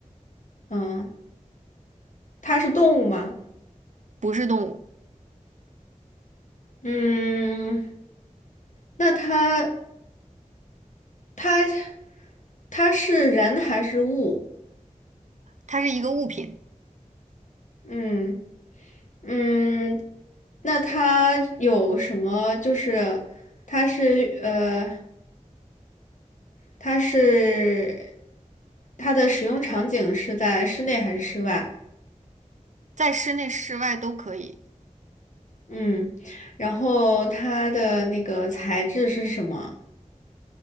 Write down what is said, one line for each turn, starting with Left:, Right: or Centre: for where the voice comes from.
Left: 嗯，它是动物吗？
Right: 不是动物，
Left: 嗯，那它它它是人还是物？
Right: 它是一个物品，
Left: 嗯嗯，那它有什么？就是它是呃，它是它的使用场景是在室内还是室外？
Right: 在室内、室外都可以。
Left: 嗯，然后它的那个材质是什么？